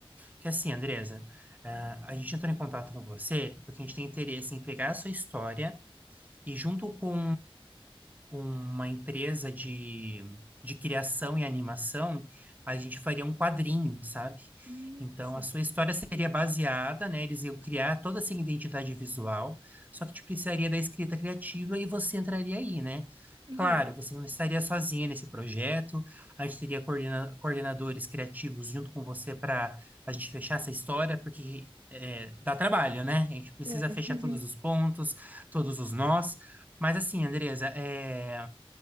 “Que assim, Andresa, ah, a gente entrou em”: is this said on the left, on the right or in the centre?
Right